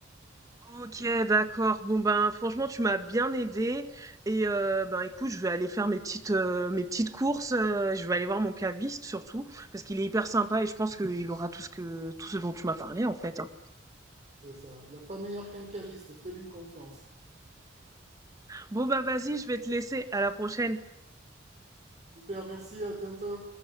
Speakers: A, on the right; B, on the right.
A: Ok, d'accord. Bon ben franchement tu m'as bien aidé et euh, ben écoute je vais aller faire mes petites euh, mes petites courses. euh, je vais aller voir mon caviste surtout parce qu'il est hyper sympa et je pense qu'il aura tout ce que tout ce dont tu m'as parlé en fait. hein.
B: C'est ça. Il n'y a pas meilleur qu'un caviste, fais-lui confiance.
A: Bon ben vas-y je vais te laisser. À la prochaine.
B: Super, merci, à bientôt.